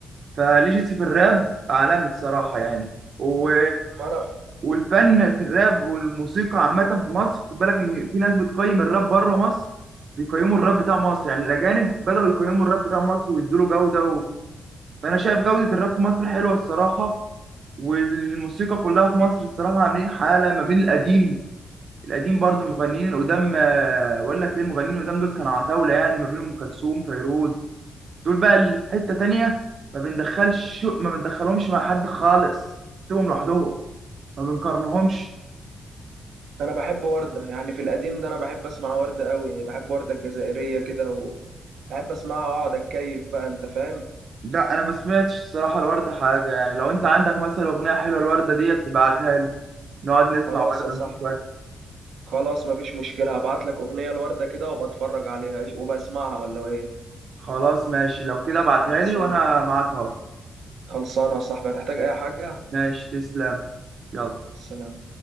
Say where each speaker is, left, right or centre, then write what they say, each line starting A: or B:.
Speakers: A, on the right (about 50°); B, on the right (about 80°).
A: فليجيسي في الراب عالمي الصراحة يعني و...
B: ما أنا
A: والفن في الراب والموسيقى عامة في مصر خد بالك ان في ناس بتقيم الراب بره مصر بيقيموا الراب بتاع مصر يعني الأجانب بدأوا يقيموا الراب بتاع مصر ويدوا له جودة و... فأنا شايف جودة الراب في مصر حلوة الصراحة والموسيقى كلها في مصر الصراحة عاملين حالة ما بين القديم القديم برضه المغنيين القدام آه، أقول لك إيه المغنيين القدام دول كانوا عتاولة يعني ما بين أم كلثوم فيروز دول بقى الحتة تانية ما بندخلش ما بندخلهمش مع حد خالص سيبهم لوحدهم ما بنقارنهمش
B: أنا بحب وردة يعني في القديم ده أنا بحب أسمع وردة أوي بحب وردة الجزائرية كده وبحب أسمعها وأقعد أتكيف بقى أنت فاهم
A: لا أنا ما سمعتش الصراحة الوردة حاجة يعني لو أنت عندك مثلا أغنية حلوة الوردة ديت تبعتها لي نقعد نسمع
B: خلاص
A: وردة
B: يا صاحبي
A: نشوف وردة
B: خلاص مفيش مشكلة هبعت لك أغنية لوردة كده وأبقى أتفرج عليها وبسمعها ولا إيه
A: خلاص ماشي لو كده ابعتها
B: خلصان
A: لي وأنا معاك أهو
B: خلصانة يا صاحبي هتحتاج أي حاجة
A: ماشي تسلم يلا
B: مع السلامة